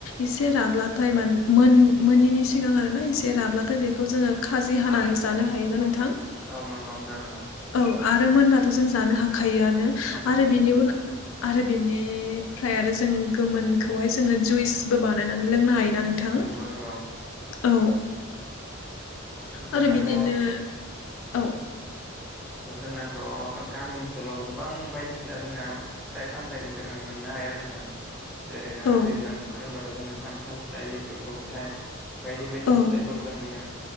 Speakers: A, on the left; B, in the centre.
A: इस एसे राब्लाथाय मान मोन मोननिनि सिगां आरो ना एसे राब्लाथाय बे खौ जोङो खाजि हानानै जानो हायोना नोंथां।
B: औ नंगौ नोंथां नंगौ
A: औ आरो मोनबाथ' जों जानो हाखायोआनो
B: नंगौ
A: आरो
B: नंगौ
A: बिनि उनाव आरो बेनिफ्राय आरो जों गोमोनखौहाय जोङो जुइसबो बा लोंनो हायोना नोंथां
B: नंगौ नंगौ
A: औ।
B: जोंनाथ'
A: आरो बिदिनो औ
B: जोंनाथ' गामि ओनसोलाव गोबां बायदिसिना जोंना फिथाइ सामथायाइनि जोङो मोननो हाया नोंथां। जेरै जोंना
A: औ
B: दैज्लां बोथोर होनबाथ' जोङो खान्थाल फिथाइ लिथुखु फिथाय बायदि बायदि
A: औ
B: फिथाइफोर जों मोनो